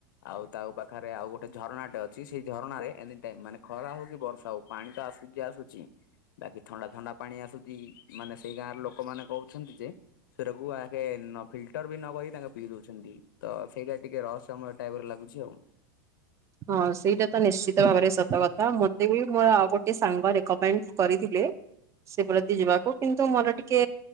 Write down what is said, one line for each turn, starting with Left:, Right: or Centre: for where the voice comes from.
Left: ଆଉ ତାଉ ପାଖରେ ଆଉ ଗୋଟେ ଝରଣାଟେ ଅଛି ଝରଣାରେ ଏନି ଟାଇମ୍ ମାନେ ଖରା ହଉ କି ବର୍ଷା ହଉ ପାଣି ତ ଆସୁଚି ଆସୁଚି ବାକି ଥଣ୍ଡା ଥଣ୍ଡା ପାଣି ଆସୁଛି ମାନେ ସେଇ ଗାଁର ଲୋକମାନେ କହୁଛନ୍ତି ଯେ ସେରାକୁ ଆହେ ନଫିଲଟର ବି ନକହିକି ତାଙ୍କେ ପିଇ ଦେଉଛନ୍ତି। ତ ସେଇଟା ଟିକେ ରହସ୍ୟମୟ ଟାଇପର ଲାଗୁଛି ଆଉ।
Right: ହଁ ସେଇଟା ତ ନିଶ୍ଚିତ ଭାବରେ ସତ କଥା ମତେ ବି ମୋର ଆଉ ଗୋଟେ ସାଙ୍ଗ ରେକମେଣ୍ଡ କରିଥିଲେ। ସେ ପ୍ରତି ଯିବାକୁ କିନ୍ତୁ ମୋର ଟିକେ